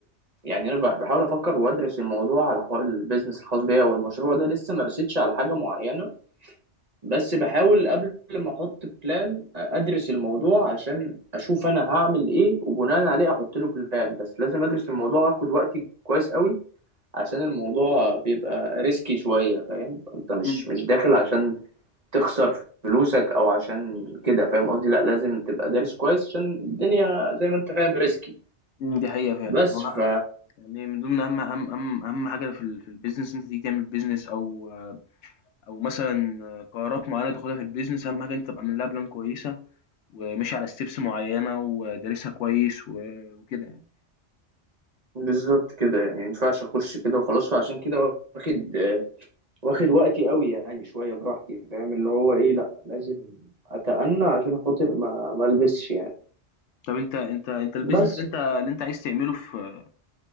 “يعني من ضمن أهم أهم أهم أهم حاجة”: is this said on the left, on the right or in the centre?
Left